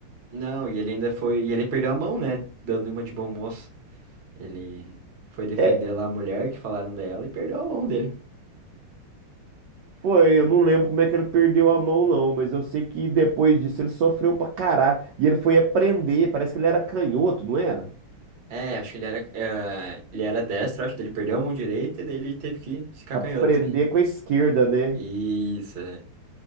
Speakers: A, on the right; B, on the right.
A: Não, e ele ainda foi. E ele perdeu a mão, né? Dando uma de bom moço. Ele foi defender
B: É,
A: lá a mulher que falaram dela e perdeu a mão dele.
B: foi, eu não lembro como é que ele perdeu a mão, não, mas eu sei que depois disso ele sofreu pra caralho. E ele foi aprender, parece que ele era canhoto, não era?
A: É, acho que ele era. eh, ele era destro, acho que ele perdeu a mão direita e daí ele teve que ficar
B: Aprender
A: canhoto aí.
B: com a esquerda, né?
A: Isso, é.